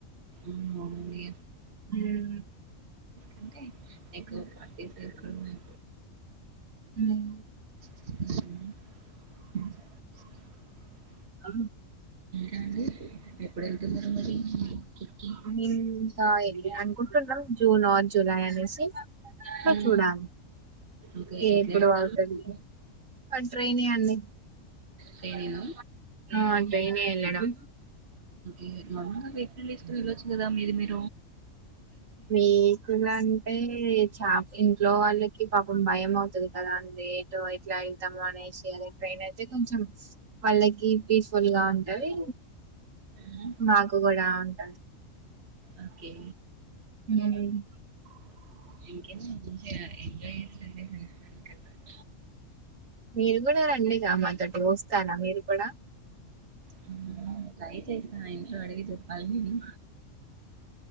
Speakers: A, on the right; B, on the right.
A: ఏమో అండి
B: హ్మ్
A: అంటే ఎక్కువ పార్టీస్ కే అయిపో
B: హ్మ్
A: సు క్ హా క్
B: ఆ
A: టాంజెస్ ఎప్పుడెళ్తున్నారు మరి ట్రిప్‌కి?
B: ఇంత ఇలి అనుకుంటున్నా జూన్ ఆర్ జులై అనేసి
A: హ్మ్.
B: అ చూడాలి
A: ఓకే. ఎట్లా
B: ఎప్పుడు
A: ఎళ్తారు
B: అవుతది.
A: మరి?
B: ఆ ట్రైన్ అండి
A: ట్రైనేనా?
B: ఆ ట్రైన్ లోనే వెళ్ళడం
A: ఏ నా లిఫ్ట్ లాస్ట్‌లో వెళ్ళోచ్చు కదా మీది మీర్
B: మీకు అంటే చా ఇంట్లో వాళ్ళకి పాపం భయం అవుతది కదా అండి ఏటో వై ఎట్లా వెళ్తాము అనేసి అనే ట్రైన్ అయితే కొంచెం వాళ్ళకి పీస్ఫుల్ గా ఉంటది.
A: హ్మ్.
B: మాకు కూడా ఉంటాయి.
A: ఓకే
B: హ్మ్
A: <inaudible>
B: మీరు కూడా రండి గ మాతోటి వస్తార మీరు కూడా
A: హ్మ్ ట్రై చేస్తా ఇంట్లో అడిగి చెప్పాలి నేను.